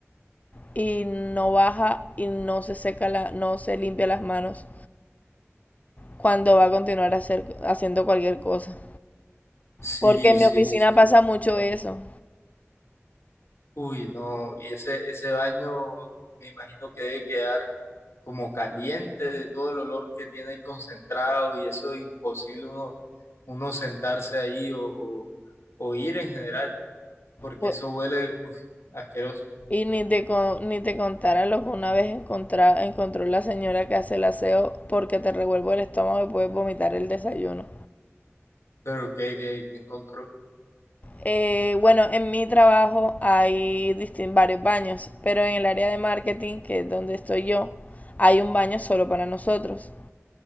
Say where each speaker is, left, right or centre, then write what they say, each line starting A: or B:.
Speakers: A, on the left; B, on the left.
A: y no baja y no se seca la, no se limpia las manos cuando va a continuar a hacer, haciendo cualquier cosa.
B: Sí,
A: Porque en
B: sí,
A: mi oficina
B: sí.
A: pasa mucho eso.
B: Uy, no, y ese, ese baño me imagino que debe quedar como caliente de todo el olor que tiene ahí concentrado y eso es imposible uno, uno sentarse ahí o, o, o ir en general, porque
A: Pu-
B: eso huele uf, asqueroso.
A: Y ni te, co- ni te contara lo que una vez encontra- encontró la señora que hace el aseo porque te revuelvo el estómago y puedes vomitar el desayuno.
B: Pero ¿qué, qué, qué encontró?
A: Eh, bueno, en mi trabajo hay distin- varios baños, pero en el área de marketing, que es donde estoy yo, hay un baño solo para nosotros.